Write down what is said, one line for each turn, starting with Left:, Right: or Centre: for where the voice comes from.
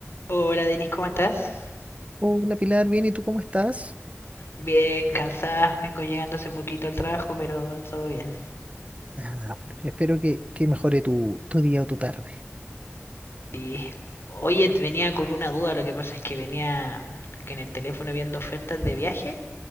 Left: Hola Denis, ¿cómo estás?
Right: Hola Pilar, bien, ¿y tú cómo estás?
Left: Bien, cansada, vengo llegando hace poquito al trabajo, pero todo bien.
Right: Ah, bueno, espero que, que mejore tu, tu día o tu tarde.
Left: Sí. Oye, venía con una duda, lo que pasa es que venía que en el teléfono viendo ofertas de viaje